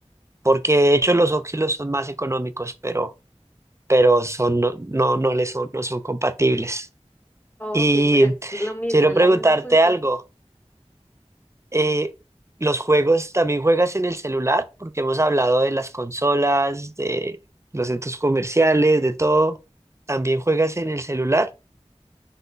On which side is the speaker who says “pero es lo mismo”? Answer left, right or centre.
Left